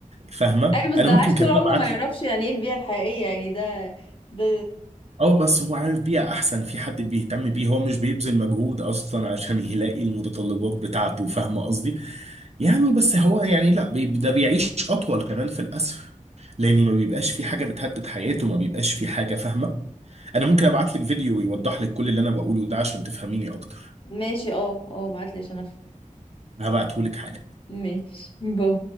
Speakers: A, on the right; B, on the left.
A: فاهمة
B: ايوه بس
A: أنا
B: ده
A: ممكن
B: عاش طول
A: كمان
B: عمره
A: أبعت
B: ما يعرفش
A: له
B: يعني ايه البيئة الحقيقية يعني ده ده
A: أه بس هو عارف بيئة أحسن في حد بيهتم بيه هو مش بيبذل مجهود أصلا عشان يلاقي المتطلبات بتاعته فاهمة قصدي؟ يعني بس هو يعني لا بي- ده بيعيش أطول كمان في الأسف لأن ما بيبقاش في حاجة بتهدد حياته ما بيبقاش في حاجة فاهمة انا ممكن ابعت لك فيديو يوضح لك كل اللي انا بقوله ده عشان تفهميني اكتر
B: ماشي اه اه بعتلي عشان افهم
A: هبعته لك حالا
B: ماشي باي